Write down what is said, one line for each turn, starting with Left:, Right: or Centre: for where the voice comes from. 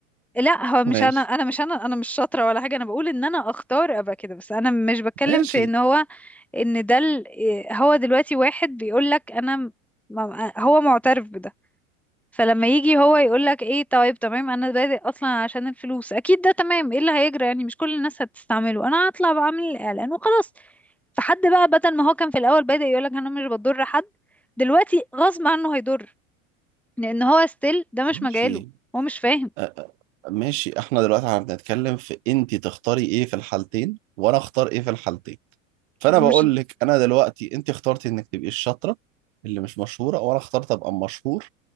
Centre: لا هو مش
Right: ماشي
Centre: انا انا مش انا انا مش شاطره ولا حاجه انا بقول ان انا اختار ابقى كده بس انا مش بتكلم
Right: ماشي
Centre: في ان هو ان ده ال- إيه، هو دلوقتي واحد بيقول لك انا م- م- هو معترف بده فلما يجي هو يقول لك ايه طيب تمام انا بادئ اصلا عشان الفلوس اكيد ده تمام ايه اللي هيجرى يعني مش كل الناس هتستعمله انا هطلع بعمل الاعلان وخلاص فحد بقى بدل ما هو كان في الاول بادئ يقول لك انا مش بضر حد دلوقتي غصب عنه هيضر لان هو ستيل ده مش
Right: ماشي
Centre: مجاله هو مش فاهم
Right: أ- أ- ماشي احنا دلوقتي هنتكلم في انت تختاري ايه في الحالتين وانا اختار ايه في الحالتين فانا
Centre: مش
Right: بقول لك انا دلوقتي انت اخترتي انك تبقي الشاطره اللي مش مشهوره وانا اخترت ابقى مشهور